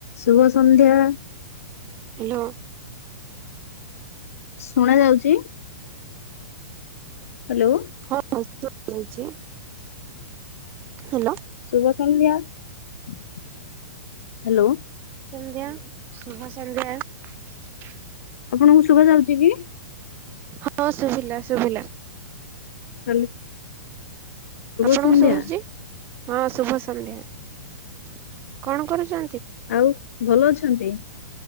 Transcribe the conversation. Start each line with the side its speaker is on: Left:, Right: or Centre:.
Left: ଶୁଭ ସନ୍ଧ୍ୟା।
Right: ହ୍ୟାଲୋ।
Left: ଶୁଣା ଯାଉଚି? ହ୍ୟାଲୋ।
Right: ହଁ ଶୁଣା ଯାଉଛି। ହ୍ୟାଲୋ।
Left: ଶୁଭସନ୍ଧ୍ୟା। ହ୍ୟାଲୋ।
Right: ସନ୍ଧ୍ୟା ଶୁଭ ସନ୍ଧ୍ୟା।
Left: ଆପଣଙ୍କୁ ଶୁଭା ଯାଉଛି କି?
Right: ହଁ ଶୁଭିଲା ଶୁଭିଲା।
Left: ହ୍ୟାଲୋ।
Right: ଆପଣଙ୍କୁ
Left: ଶୁଭ ସନ୍ଧ୍ୟା।
Right: ଶୁଭୁଛି? ହଁ ଶୁଭ ସନ୍ଧ୍ୟା କଣ କରୁଛ
Left: ଆଉ ଭଲ ଅଛନ୍ତି?